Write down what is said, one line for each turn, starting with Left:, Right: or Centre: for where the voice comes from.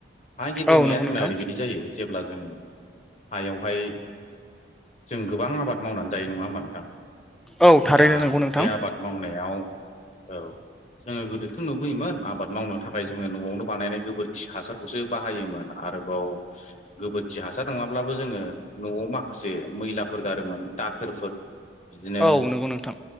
Left: हा गेब्रेंनाया
Centre: औ नंगौ
Left: जोंना
Centre: नोंथां
Left: ओरैबायदि जायो जेब्ला जोङो हायावहाय जों गोबां आबाद मावनानै जायो नङा होमबा नोंथां
Centre: औ थारैनो
Left: दा
Centre: नंगौ नोंथां
Left: बे आबाद मावनायाव औ जोङो गोदोथ' नुबोयोमोन आबाद मावनो थाखाय जोङो न'आवनो बानायनाय गोबोरखि हासारखौसो बाहायोमोन आरोबाव गोबोरखि हासार नङाब्लाबो जोङो न'आव माखासे मैलाफोर गारोमोन दाखोरफोर बिदिनो
Centre: औ नंगौ नोंथां